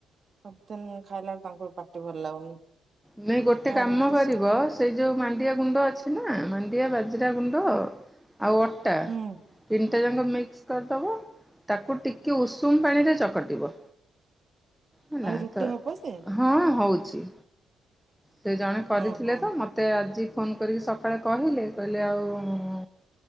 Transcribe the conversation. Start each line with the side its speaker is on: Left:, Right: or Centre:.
Right: ସବୁଦିନ ଖାଇଲା ତାଙ୍କୁ ପାଟି ଭଲ ଲାଗୁନି।
Centre: ନାଇଁ ଗୋଟେ କାମ
Right: ରୁଟି
Centre: କରିବ ସେଇ ଯୋଉ ମାଣ୍ଡିଆ ଗୁଣ୍ଡ ଅଛି ନା ମା ମାଣ୍ଡିଆ ବାଜରା ଗୁଣ୍ଡ ଆଉ ଅଟା
Right: ହୁଁ
Centre: ତିନିଟା ଯାକ ତାକୁ ମିକ୍ସ କରିଦେବ ତାକୁ ଟିକେ ଉଷୁମ ପାଣିରେ ଚକଟିବ। ହେଲା
Right: ଆଉ ରୁଟି
Centre: ତ
Right: ହବ ସେ
Centre: ହଁ ହଉଛି। ସେ ଜଣେ କରିଥିଲେ
Right: ହଁ ହଁ
Centre: ତ ମତେ ଆଜି ଫୋନ କରିକି ସକାଳେ କହିଲେ କହିଲେ ଆଉ-ଉ-ଉ-ଉ